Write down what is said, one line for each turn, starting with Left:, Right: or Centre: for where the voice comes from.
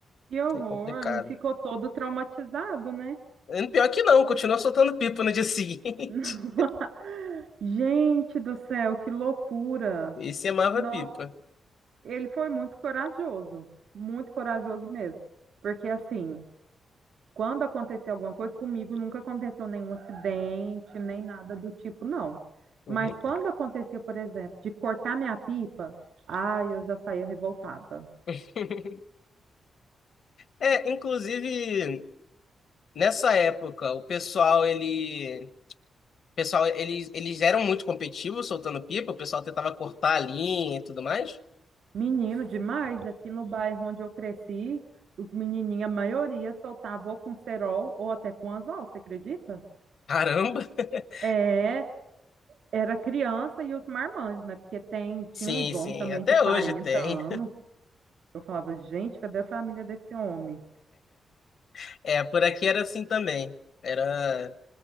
Right: Que horror.
Left: Foi complicado.
Right: E ficou todo traumatizado, né?
Left: Hum, Pior que não, continua soltando pipa no dia seguinte.
Right: <laughs> Gente do céu, que loucura!
Left: <laughs> Esse amava
Right: Nossa,
Left: pipa.
Right: ele foi muito corajoso, muito corajoso mesmo. Porque assim, quando aconteceu alguma coisa, comigo nunca aconteceu nenhum acidente, nem nada do tipo, não.
Left: Uhum.
Right: Mas quando aconteceu, por exemplo, de cortar minha pipa, ai, eu já saía revoltada.
Left: <laughs> É, inclusive, nessa época, o pessoal, ele... o pessoal, eles, eles eram muito competitivos soltando pipa, o pessoal tentava cortar a linha e tudo mais.
Right: Menino demais, aqui no bairro onde eu cresci, os menininhos, a maioria soltava ou com cerol ou até com anzol, você acredita?
Left: Caramba! <laughs>
Right: É, Era criança e os marmanjos, né? Porque tem, tinha
Left: Sim,
Right: uns
Left: sim,
Right: homens também
Left: até
Right: de 40
Left: hoje tem.
Right: anos. Eu falava, gente, cadê a família desse homem?
Left: <laughs> É, por aqui era assim também. Era